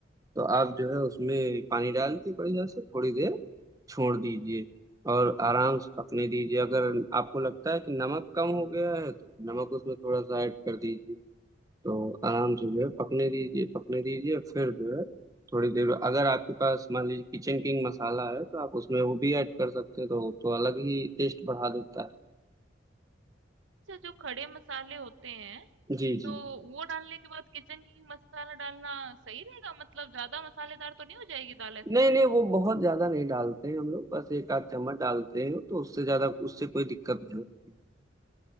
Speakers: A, on the right; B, on the right.
A: तो आप जो है उसमें पानी डाल के बढ़िया से थोड़ी देर छोड़ दीजिए और आराम से पकने दीजिए अगर आपको लगता है कि नमक कम हो गया है तो नमक उसमें थोड़ा सा ऐड कर दीजिए तो आराम से जो है पकने दीजिए पकने दीजिए फिर जो है थोड़ी देर अगर आपके पास मान लीजिए किचन किंग मसाला है तो आप उसमें वो भी ऐड कर सकते हैं तो वो तो अलग ही टेस्ट बढ़ा देता
B: अच्छा जो खड़े मसाले होते हैं
A: है जी
B: तो
A: जी
B: वो डालने के बाद किचन किंग मसाला डालना सही रहेगा मतलब ज्यादा मसालेदार तो नहीं हो जाएगी दाल ऐसे
A: नहीं
B: में
A: नहीं वो बहुत ज्यादा नहीं डालते हैं हम लोग बस एक आध चम्मच डालते हैं तो उससे ज्यादा उससे कोई दिक्कत नहीं होती